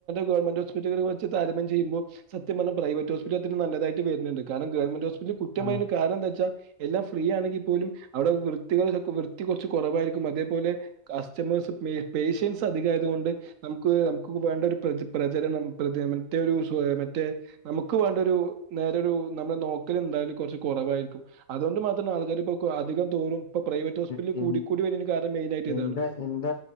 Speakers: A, on the right; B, on the left.
A: ഗവൺമെന്റ് ഹോസ്പിറ്റൽ വെച് താരതമ്യം ചെയ്യുമ്പോ സത്യ പറഞ്ഞ പ്രൈവറ്റ് ഹോസ്പിറ്റൽ നല്ലതായിട്ട് വരുന്നുണ്ട് കാരണം ഗവണ്മെന്റ് കുറ്റമായി
B: അതെ
A: കാരണം എന്താ വെച്ചാ എല്ലാം ഫ്രീ ആണെങ്കിൽ പോലും അവിടെ വൃത്തികൾ കുറച്ച് കുറവായിരിക്കും അതേപോലെ കസ്റ്റമേഴ്സ് പേഷ്യൻസ് അധികയത് കൊണ്ട് നമുക്ക് നമുക്ക് വെണ്ടൊരു പ്രചരണം മറ്റേ മറ്റേ നമുക്ക് വേണ്ടായൊരു നേരേയൊരു നമ്മ നോക്കൽന്തായും കുറച് കുറവായിരിക്കും അതുകൊണ്ട് മാത്രം ആൾക്കാർ അധികം തോറും പ്രൈവറ്റ് ഹോസ്പിറ്റലിൽ
B: എ എ
A: കൂടിക്കൂടി വരുന്നതിന് കാരണം മെയിൻ ആയിട്ട്
B: എ
A: ഇതാണ്.
B: എന്റെ